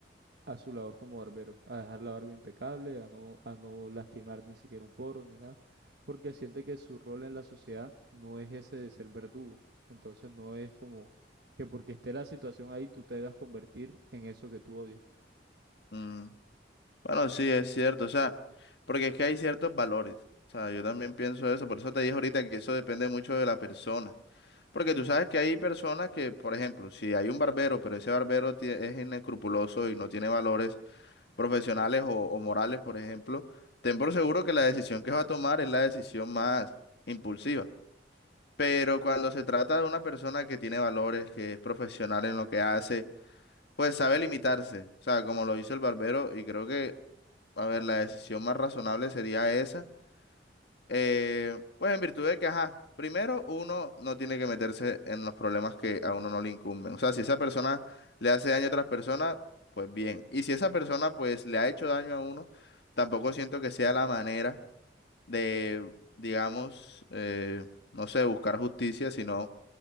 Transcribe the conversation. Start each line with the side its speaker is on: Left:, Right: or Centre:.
Right: a su labor como barbero, a dejar la barba impecable, a no, a no lastimar ni siquiera un poro ni nada, porque siente que su rol en la sociedad no es ese de ser verdugo. Entonces no es como que porque esté la situación ahí, tú te debas convertir en eso que tú odias.
Left: mm. Bueno, sí, es cierto. O sea, porque es que hay ciertos valores. O sea, yo también pienso eso. Por eso te dije ahorita que eso depende mucho de la persona. Porque tú sabes que hay personas que, por ejemplo, si hay un barbero, pero ese barbero tie- es inescrupuloso y no tiene valores profesionales o, o morales, por ejemplo, ten por seguro que la decisión que va a tomar es la decisión más impulsiva. Pero cuando se trata de una persona que tiene valores, que es profesional en lo que hace, Pues sabe limitarse, o sea, como lo hizo el barbero, y creo que, a ver, la decisión más razonable sería esa. Eh, pues en virtud de que, ajá, primero uno no tiene que meterse en los problemas que a uno no le incumben. O sea, si esa persona le hace daño a otras personas, pues bien. Y si esa persona, pues, le ha hecho daño a uno, tampoco siento que sea la manera de, digamos, eh, no sé, buscar justicia, sino